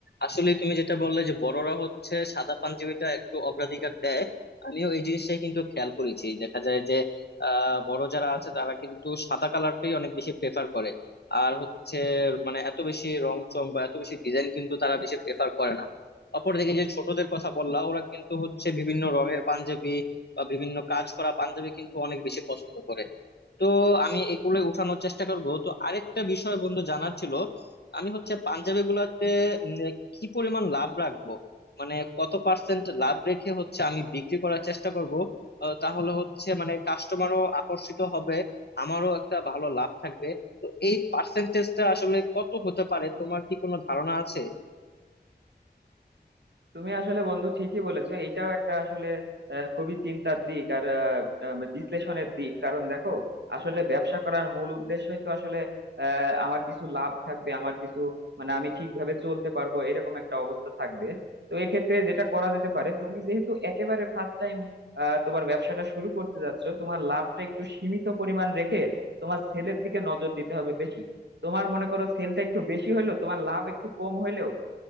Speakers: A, on the left (about 70°); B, on the right (about 80°).
A: আসলে তুমি যেটা বললে যে বড়রা হচ্ছে সাদা পাঞ্জাবিটা একটু অগ্রাধিকার দেয় আমিও এই জিনিসটাই কিন্তু খেয়াল করেছি দেখা যায় যে আহ বড় যারা আছে তারা কিন্তু সাদা কালারটাই অনেক বেশি প্রেফার করে আর হচ্ছে মানে এত বেশি রং চং বা এত বেশি ডিজাইন কিন্তু তারা বেশি প্রেফার করে না অপরদিকে যে ছোটদের কথা বললা ওরা কিন্তু হচ্ছে বিভিন্ন রঙের পাঞ্জাবি বা বিভিন্ন কাজ করা পাঞ্জাবি কিন্তু অনেক বেশি পছন্দ করে তো আমি এগুলোই উঠানোর চেষ্টা করব তো আরেকটা বিষয় বন্ধু জানার ছিল আমি হচ্ছে পাঞ্জাবি গুলাতে উম, কি পরিমাণ লাভ রাখবো মানে কত পার্সেন্ট লাভ রেখে হচ্ছে আমি বিক্রি করার চেষ্টা করব আহ, তাহলে হচ্ছে মানে কাস্টমারও আকর্ষিত হবে আমারও একটা ভালো লাভ থাকবে তো এই পার্সেন্টেজটা আসলে কত হতে পারে তোমার কি কোনো ধারণা আছে
B: তুমি আসলে বন্ধু ঠিকই বলেছো এইটাও একটা আসলে আহ, খুবই চিন্তার দিক আর আহ, আহ, বিশ্লেষণের দিক কারণ দেখো আসলে ব্যবসা করার মূল উদ্দেশ্যই তো আসলে আহ, আমার কিছু লাভ থাকবে আমার কিছু মানে আমি ঠিকভাবে চলতে পারবো এরকম একটা অবস্থা থাকবে তো এক্ষেত্রে যেটা করা যেতে পারে তুমি যেহেতু একেবারে ফার্স্ট টাইম তোমার ব্যবসাটা শুরু করতে যাচ্ছ তোমার লাভটা একটু সীমিত পরিমাণ রেখে তোমার সেলের দিকে নজর দিতে হবে বেশি তোমার মনে করো সেলটা একটু বেশি হইলো তোমার লাভ একটু কম হইলেও